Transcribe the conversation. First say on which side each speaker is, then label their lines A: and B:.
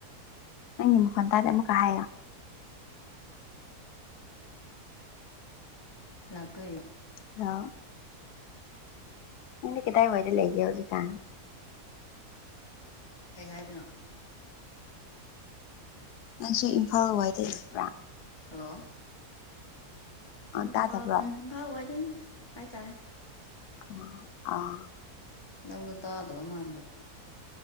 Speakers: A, on the left; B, on the left.
A: ꯑ ꯈ ꯇꯔ ꯑꯃ ꯀ ꯍꯣ
B: ꯂꯥꯛ ꯇꯣꯏꯔꯣ
A: ꯑ ꯅꯪꯗꯤ ꯀꯗꯥꯏꯋꯥꯏꯗ ꯂꯩꯒꯦ ꯍꯧꯖꯤꯛꯀꯥꯥꯟ
B: ꯀꯩ ꯍꯥꯏꯕꯅꯣ
A: ꯅꯪꯁꯨ ꯏꯝꯐꯥꯜ ꯍ ꯋꯥꯏꯗ ꯂꯩꯕ꯭ꯔꯥ
B: ꯍꯜꯂꯣ
A: ꯑꯥ
B: ꯎ
A: ꯇꯥꯗꯕ꯭ꯔꯣ
B: ꯐꯥꯜ ꯏꯝꯐꯥꯜ ꯋꯥꯏ ꯗꯩꯅꯤ ꯍꯥꯏ ꯇꯔꯦ
A: ꯑ ꯑꯥ
B: ꯅꯪꯗꯨ ꯇꯥꯗꯕ ꯃꯥꯥꯟꯗ